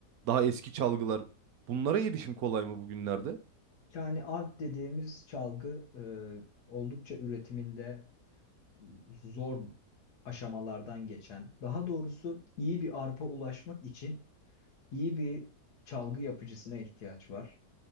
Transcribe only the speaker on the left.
Yani arp dediğimiz çalgı e, oldukça üretiminde zor aşamalardan geçen, daha doğrusu iyi bir arpa ulaşmak için iyi bir çalgı yapıcısına ihtiyaç var.